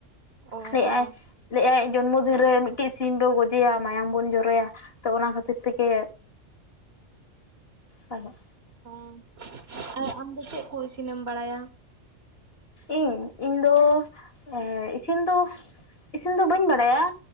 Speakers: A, on the right; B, on the left.
A: ᱚ
B: ᱞᱟᱹᱭᱮᱜᱼᱟᱭ
A: ᱦᱚᱸ
B: ᱞᱟᱹᱭᱮᱜ-ᱟᱭ ᱡᱚᱱᱢᱚ ᱫᱤᱱ ᱨᱮ ᱢᱤᱫᱴᱤᱡ ᱥᱤᱢ ᱵᱚ ᱜᱚᱡᱮᱭᱟ, ᱢᱟᱭᱟᱢ ᱵᱚᱱ ᱡᱚᱨᱚᱭᱟ ᱾ ᱛᱚ ᱚᱱᱟ ᱠᱷᱟᱹᱛᱤᱨ ᱛᱮᱜᱮ ᱟᱫᱚ
A: ᱚᱸ ᱟᱨ ᱟᱢ ᱫᱚ ᱪᱮᱫ ᱠᱚ ᱤᱥᱤᱱᱮᱢ ᱵᱟᱲᱟᱭᱟ?
B: ᱤᱧ, ᱤᱧ ᱫᱚ ᱮᱻ ᱤᱥᱤᱱ ᱫᱚ ᱤᱥᱤᱱ ᱫᱚ ᱵᱟᱹᱧ ᱵᱟᱲᱟᱭᱟ